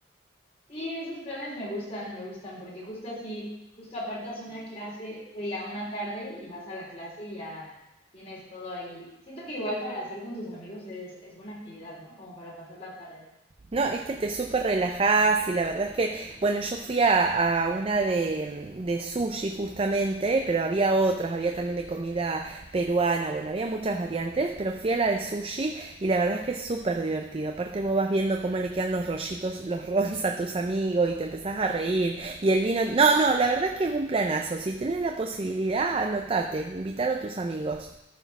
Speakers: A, on the left (about 30°); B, on the right (about 30°).
A: Sí, esos planes me gustan, me gustan, porque justo así, justo apartas una clase, que diga una tarde y vas a la clase y ya tienes todo ahí. Siento que igual para hacer con tus amigos es, es buena actividad, ¿no? Como para pasar la tarde.
B: No, es que te súper relajás y la verdad es que, bueno, yo fui a, a una de, de sushi justamente, pero había otras, había también de comida peruana, bueno, había muchas variantes, pero fui a la de sushi y la verdad es que es súper divertido. Aparte vos vas viendo cómo le quedan los rollitos, los rolls a tus amigos y te empezás a reír y el vino... No, no, la verdad es que es un planazo. Si tenés la posibilidad, anotate, invítalo a tus amigos.